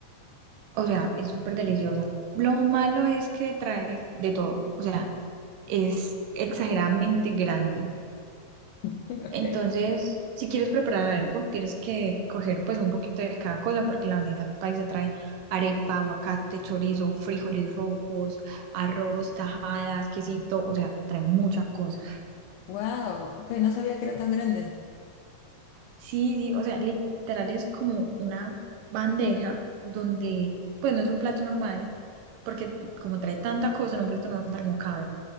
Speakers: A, on the right (about 80°); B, on the left (about 80°).
A: o sea, es súper deliciosa. Lo malo es que trae de todo, o sea, es exageradamente grande.
B: <laughs> Ok.
A: Entonces, si quieres preparar algo, tienes que coger pues un poquito de cada cosa, porque la bandeja paisa trae arepa, aguacate, chorizo, frijoles rojos, arroz, tajadas, quesito, o sea, trae mucha cosa.
B: Wow, ok, no sabía que era tan grande.
A: Sí, sí, o sea, literal es como una bandeja donde pues no es un plato normal, porque como trae tanta cosa en un plato normal no cabe.